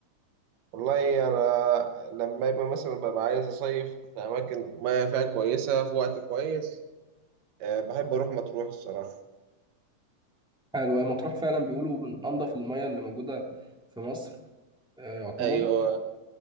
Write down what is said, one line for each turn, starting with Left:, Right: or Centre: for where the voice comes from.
Right: والله انا لما يبقى مثلا ببقى عايز اصيف في اماكن مياه فيها كويسه في وقت كويس أه بحب اروح مطروح الصراحه
Centre: حلو هي مطروح فعلا بيقولوا من انضف المياه اللي موجوده في مصر آه، يعتبر
Right: ايوه